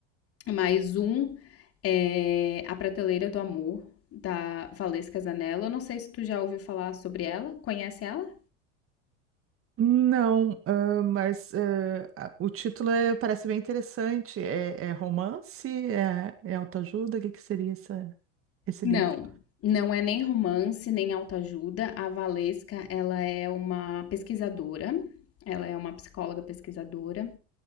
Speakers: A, on the left (about 40°); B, on the right (about 40°).
A: Mas um é A Prateleira do Amor, da Valesca Zanello. Eu não sei se tu já ouviu falar sobre ela, conhece ela?
B: Não, ah, mas ah, a- o título é- parece bem interessante. É, é romance? É, é autoajuda? O que que seria essa- esse
A: Não,
B: livro?
A: não é nem romance, nem autoajuda. A Valesca, ela é uma pesquisadora, ela é uma psicóloga pesquisadora